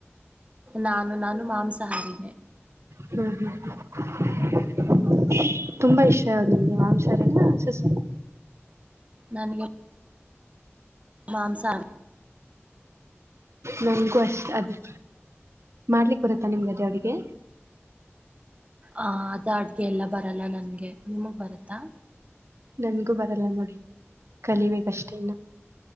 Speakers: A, on the right; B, on the right.
A: ನಾನು ನಾನು ಮಾಂಸಹಾರಿ
B: ಹ್ಮ್ ಹ್ಮ್ ತುಂಬಾ ಇಷ್ಟ ಮಾಂಸಹಾರಿ ಸಸ್ಯ
A: ನನಗೆ ಮಾಂಸಾ
B: ನನ್ಗೂ ಅಷ್ಟ ಅದ ಮಾಡ್ಲಿಕ್ಕೆ ಬರುತ್ತಾ ನಿಮ್ಗದೇ ಅವಿಗೆ
A: ಆ ಅದು ಅಡ್ಗೆ ಎಲ್ಲ ಬರಲ್ಲ ನನ್ಗೆ ನಿಮಗ್ ಬರತ್ತಾ
B: ನನ್ಗೂ ಬರಲ್ಲ ನೋಡಿ ಕಲಿಬೇಕಷ್ಟೇ ಇನ್ನು